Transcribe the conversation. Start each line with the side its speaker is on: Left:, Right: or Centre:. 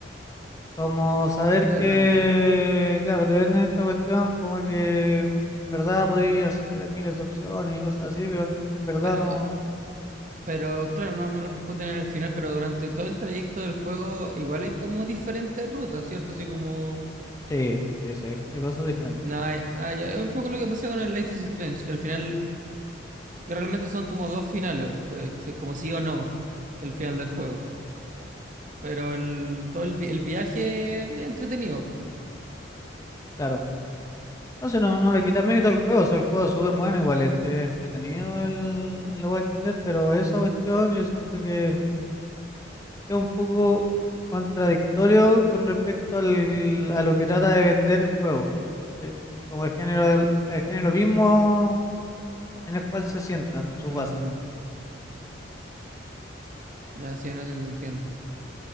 Left: Como saber
Right: claro.
Left: que, claro, te venden esta cuestión como que en verdad podías hacer miles de opciones y cosas así, pero en en verdad
Right: Pero,
Left: no.
Right: pero claro, no, no repercuten en el final, pero durante todo el trayecto del juego igual hay como diferentes rutas, ¿cierto? Así como...
Left: Sí, sí, sí, hay, hay cosas diferentes.
Right: No, hay- ah, ya, Es un poco lo que pasa con el Life is Strange, que al final, que realmente son como dos finales, o sea, como sí o no, el final del juego. Pero el, todo el, vi- el viaje es entretenido.
Left: Claro. Entonces no, no le quita mérito al juego, o sea, el juego es súper bueno, igual es, es entretenido el, el The Walking Dead, pero esa cuestión yo siento que es un poco contradictorio con respecto al, a lo que trata de vender el juego, ¿cachai? Como el género, del- el género mismo en el cual se sientan sus
Right: Ujú.
Left: bases.
Right: Ya, sí, no, sí, lo entiendo.